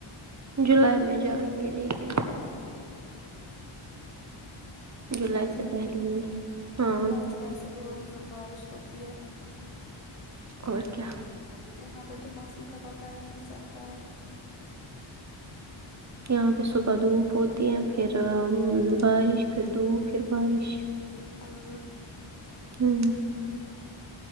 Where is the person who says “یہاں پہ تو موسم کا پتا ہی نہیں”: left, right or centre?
Left